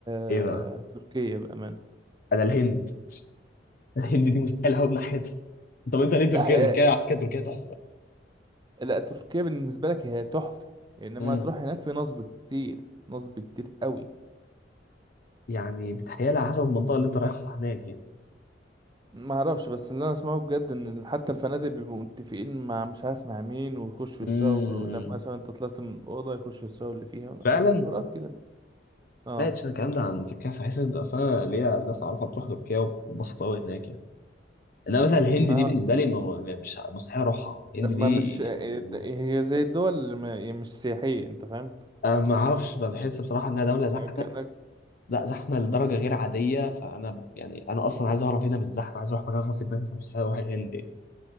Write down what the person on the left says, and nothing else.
ايه بقى
انا الهند الهند دي مستحيل اهوب ناحيتها طب انت ليه تركيا
تركيا على فكره تركيا تحفه
امم
يعني بتهيالي على حسب المنطقه اللي انت رايحها هناك يعني
امم
فعلا
سمعت
شوية الكلام ده عن تركيا بس حاسس ان اصلا ليا ناس اعرفها بتروح تركيا وبتبسط قوي هناك يعني انما مثلا الهند
دي بالنسبه لي ما- ما- يعني مش مستحيل اروحها الهند
دي
يعني
انا ما اعرفش ب- بحس بصراحه انها دوله زحمه
لا زحمه لدرجه غير عاديه فانا يعني انا اصلا عايز اهرب هنا من الزحمه عايز اروح مكان صافي دماغي فمستحيل اروح الهند يعني.